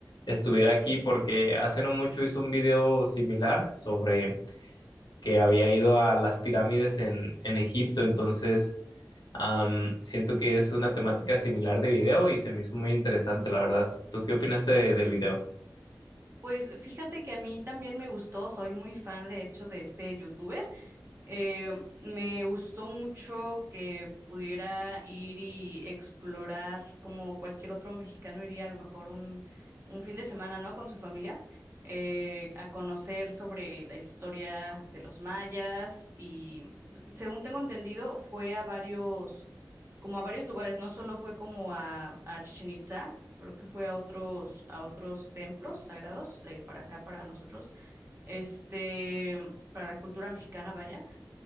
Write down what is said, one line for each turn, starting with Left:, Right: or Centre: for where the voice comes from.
Left: estuviera aquí porque hace no mucho hizo un video similar sobre que había ido a las pirámides en, en Egipto, entonces am, siento que es una temática similar de video y se me hizo muy interesante, la verdad. ¿Tú qué opinaste de- del video?
Right: Pues fíjate que a mí también me gustó, soy muy fan de hecho de este youtuber Eh, me gustó mucho que pudiera ir y explorar como cualquier otro mexicano iría a lo mejor un, un fin de semana, ¿no? Con su familia, eh, a conocer sobre la historia de los mayas y según tengo entendido fue a varios, como a varios lugares, no solo fue como a, a Chichén Itzá, creo que fue a otros, a otros templos sagrados, eh, para acá, para nosotros, este, para la cultura mexicana, vaya.